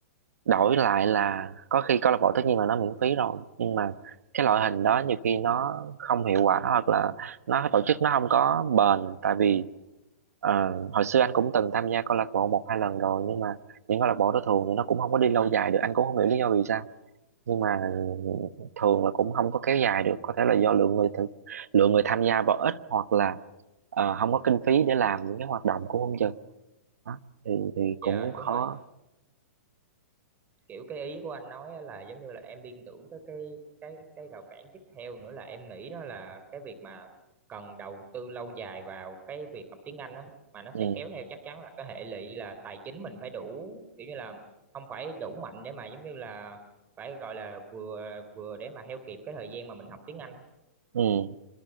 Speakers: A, on the right; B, on the right.
A: đổi lại là có khi câu lạc bộ tất nhiên là nó miễn phí rồi nhưng mà cái loại hình đó nhiều khi nó không hiệu quả hoặc là nó tổ chức nó không có bền tại vì ờ, hồi xưa anh cũng từng tham gia câu lạc bộ một hai lần rồi nhưng mà những câu lạc bộ đó thường thì nó cũng không có đi lâu dài được anh cũng không hiểu lý do vì sao nhưng mà thường là cũng không có kéo dài được có thể là do lượng người thử, lượng người tham gia vào ít hoặc là ờ, không có kinh phí để làm những cái hoạt động của không chừng đó thì thì cũng
B: dạ
A: khó
B: đúng rồi kiểu cái ý của anh nói á là giống như là em liên tưởng tới cái cái cái rào cản tiếp theo nữa là em nghĩ đó là cái việc mà cần đầu tư lâu dài vào cái việc học tiếng Anh đó mà nó sẽ
A: ừ
B: kéo theo chắc chắn là cái hệ lụy là tài chính mình phải đủ kiểu như là không phải đủ mạnh để mà giống như là phải gọi là vừa vừa để mà theo kịp cái thời gian mà mình học tiếng Anh
A: ừ